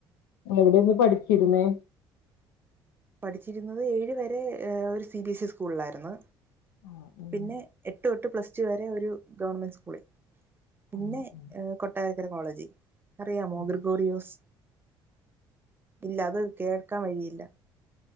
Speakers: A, on the left; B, on the right.
A: എവിടെന്ന് പഠിച്ചിരുന്നേ?
B: പഠിച്ചിരുന്നത് ഏഴ് വരെ ഒരു സി ബി എസ് ഇ സ്കൂളിലായിരുന്നു.
A: ആ ഉം
B: പിന്നെ എ എട്ട് തോട്ട് പ്ലസ് ടു വരെ ഒരു ഗവൺമെന്റ് സ്കൂളിൽ പിന്നെ
A: ആ ആ
B: കൊ ട്ടാരക്കര കോളേജ്, അറിയാമോ
A: ആ
B: ഗ്രഗോറിയോസ്? ഇല്ല അത് കേൾക്കാൻ വഴിയില്ല.